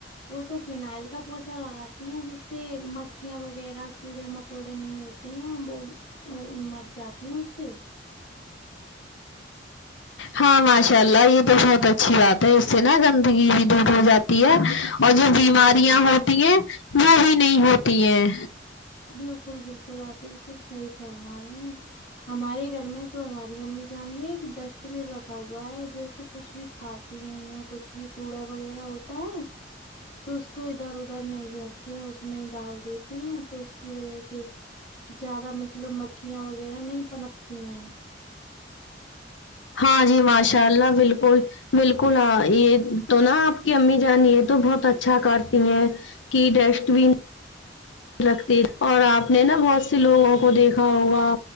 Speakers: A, on the left (about 30°); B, on the left (about 80°).
A: وہ تو فنائل کا پوچا لگاتی ہیں جس سے مکھیاں وغیرہ کیڑے مکوڑے نہیں ہوت تے ہیں وہ وہ مر جاتے ہیں اس سے
B: ہاں ماشاء اللہ یہ تو بہت اچھی بات ہے اس سے نا گندگی بھی دور ہو جاتی ہے اور جو بیماریاں
A: جی جی
B: ہوتی ہیں وہ بھی نہیں ہوتی ائیں
A: بالکل بالکل آپ بالکل صحیح فرما رہی ہیں ہمارے گھر میں تو ہماری امی جان نے ایک ڈسٹ بین رکھا ہوا ہے جیسے کچھ بھی کھاتے ہیں یا کچھ بھی کوڑا وغیرہ ہوتا ہے تو اس کو ادھر ادھر نہیں پھینکتے ہیں اس میں ہی ڈال دیتے ہیں تو اس کی وجہ سے زیادہ مطلب مکھیاں وغیرہ نہیں پنپتی ہیں
B: ہاں جی ماشاء اللہ بالکل بالکل ا یہ تو نا آپ کی امی جان یہ تو بہت اچھا کرتی ائیں کی ڈسٹ بین رکھتی اور آپ نے نا بہت سے لوگوں
A: جی
B: کو دیکھ کھا ہوگا